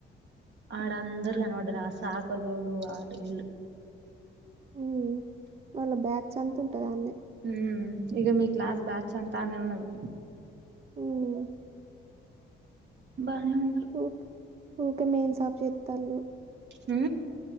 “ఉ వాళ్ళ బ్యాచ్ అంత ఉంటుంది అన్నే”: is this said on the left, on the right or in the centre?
Right